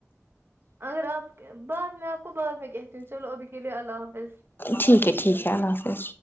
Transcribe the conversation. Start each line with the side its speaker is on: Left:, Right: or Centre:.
Right: اگر آپ بعد میں آپ کو بعد میں کہتی ہوں چلو ابھی کے لیے اللہ حافظ
Left: ٹھیک ہے ٹھیک ہے اللہ حافظ